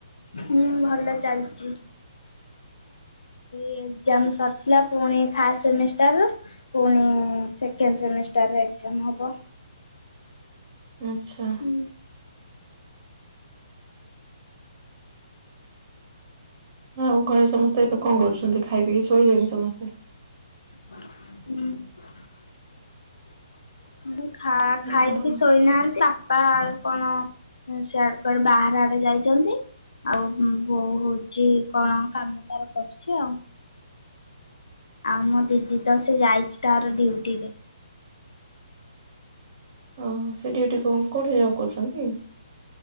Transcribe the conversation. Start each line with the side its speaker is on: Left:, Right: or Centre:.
Left: ହୁଁ ଭଲ ଚାଲିଚି।
Right: <inaudible>
Left: ଏଜାମ ସରିଥିଲା ପୁଣି ଫାର୍ଷ୍ଟ ସେମିଷ୍ଟାର ପୁଣି ସେକେଣ୍ଡ ସେମିଷ୍ଟାର ଏକଜାମ୍ ହବ।
Right: ଆଚ୍ଛା।
Left: ହୁଁ
Right: ହଁ ଆଉ ଘରେ ସମସ୍ତେ ଏବେ କଣ କରୁଛନ୍ତି ଖାଇ ପିକି ଶୋଇଲେଣି ସମସ୍ତେ?
Left: ହୁଁ ହ ଖ ଖାଇବିକି
Right: ଓହୋ
Left: ଶୋଇନାହାନ୍ତି ବାପା କଣ ହୁଁ ସିଆଡୁ କୁଆଡେ ବାହାର ଆଡେ ଯାଇଛନ୍ତି। ଆଉ ବୋଉ ହଉଛି କଣ କାମ ତାର କରୁଛି ଆଉ? ଆଉ ମୋ ଦିଦି ତ ସେ ଯାଇଛି ତାର ଡଉଟି ରେ।
Right: ଓହୋ ସେ ଡିଉଟି କୋଉଠି ଯବ୍ କରୁଛନ୍ତି କି?